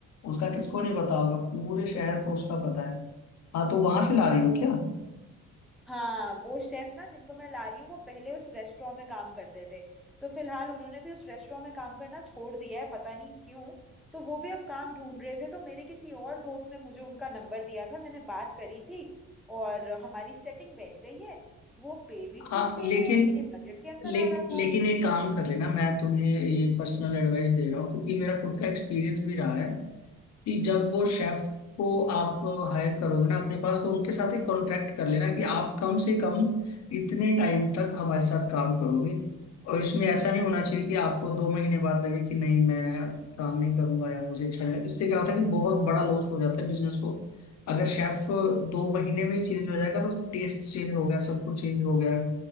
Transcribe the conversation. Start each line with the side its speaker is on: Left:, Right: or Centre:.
Left: उसका किसको नहीं पता होगा पूरे शहर को उसका पता है हाँ तो वहां से ला रही हो क्या
Centre: हाँ वो शेफ ना जिनको मैं ला रही हूँ वो पहले उस रेस्टोरेंट में काम करते थे तो फिलहाल उन्होंने भी उस रेस्टोरेंट में काम करना छोड़ दिया है पता नहीं क्यों तो वो भी अब काम ढूंढ रहे थे तो मेरे किसी और दोस्त ने मुझे उनका नंबर दिया था मैंने बात करी थी और हमारी सेटिंग बैठ गई है वो पे भी
Left: हाँ
Centre: ठीक ले
Left: लेकिन
Centre: रहे हैं मेरे बजट के अंदर
Left: लेक,
Centre: आ रहा
Left: लेकिन
Centre: था
Left: एक काम कर लेना मैं तुम्हें ये पर्सनल एडवाइस दे रहा हूँ क्योंकि मेरा खुद का एक्सपीरियंस भी रहा है कि जब वो शेफ को आप हायर करोगे ना अपने पास तो उनके साथ एक कॉन्ट्रैक्ट कर लेना कि आप कम से कम इतने टाइम तक हमारे साथ काम करोगे और इसमें ऐसा नहीं होना चाहिए कि आपको दो महीने बाद लगे कि नहीं मैं काम नहीं करूंगा या मुझे अच्छा नहीं इससे क्या होता है कि बहुत बड़ा लॉस हो जाता है बिजनेस को अगर शेफ दो महीने में ही चेंज हो जाएगा तो टेस्ट चेंज हो गया सब कुछ चेंज हो गया